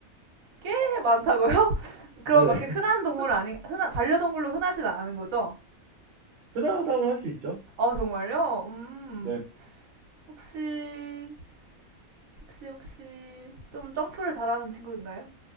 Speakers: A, on the right; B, on the right.
A: 꽤 많다고요? <laughs> 그럼
B: 네네.
A: 막 이렇게
B: <laughs>
A: 흔한 동물 아닌, 흔한, 반려동물로 흔하진 않은 거죠?
B: 흔하다고 할 수 있죠.
A: 아, 정말요? 음.
B: 네.
A: 혹시, 혹시, 혹시, 좀 점프를 잘하는 친구인가요?